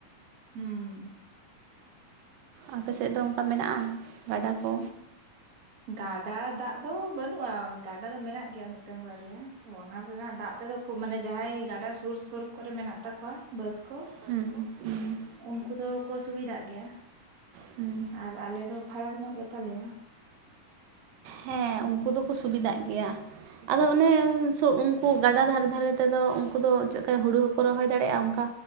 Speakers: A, on the right; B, on the right.
A: ᱦᱩᱸ
B: ᱟᱯᱮ ᱥᱮᱫ ᱫᱚ ᱚᱝᱠᱟ ᱢᱮᱱᱟᱜ-ᱟ ᱜᱟᱰᱟ ᱠᱚ?
A: ᱜᱟᱰᱟ ᱫᱟᱜ ᱫᱚ ᱵᱟᱹᱱᱩᱜ-ᱟ, ᱜᱟᱰᱟ ᱫᱚ ᱢᱮᱱᱟᱜ ᱜᱮᱭᱟ ᱢᱤᱫᱴᱟᱝ ᱵᱟᱨᱭᱟ᱾ ᱛᱷᱚ ᱚᱱᱟ ᱨᱮᱱᱟᱜ ᱫᱟᱜ ᱛᱮᱫᱚ ᱠᱷᱩᱵ ᱢᱟᱱᱮ ᱡᱟᱦᱟᱸᱭ ᱜᱟᱰᱟ ᱥᱩᱨ ᱥᱩᱨ ᱠᱚᱨᱮ ᱢᱮᱱᱟᱜ ᱛᱟᱠᱚᱣᱟ ᱵᱟᱹᱫᱽ ᱠᱚ
B: ᱦᱩᱸ ᱦᱩᱸ
A: ᱩᱱᱠᱩ ᱫᱚᱠᱚ ᱥᱩᱵᱤᱫᱟᱜ ᱜᱮᱭᱟ,
B: ᱦᱩᱸ
A: ᱟᱨ ᱟᱞᱮ ᱫᱚ ᱯᱷᱟᱨᱟᱠ ᱧᱚᱜ ᱜᱮᱛᱟᱞᱮᱭ-ᱟ᱾
B: ᱦᱮᱸ ᱩᱱᱠᱩ ᱫᱚᱠᱚ ᱥᱩᱵᱤᱫᱷᱟᱜ ᱜᱮᱭᱟ ᱟᱫᱚ ᱚᱱᱮ <unintelligible> ᱠᱩ ᱜᱟᱰᱟ ᱫᱷᱟᱨᱮ ᱫᱷᱟᱨᱮ ᱛᱮᱫᱚ ᱩᱝᱠᱩ ᱫᱚ ᱪᱮᱫᱠᱟ ᱦᱩᱲᱩ ᱦᱚᱸᱠᱚ ᱨᱚᱦᱚᱭ ᱫᱟᱲᱮᱜ-ᱟ, ᱚᱝᱠᱟ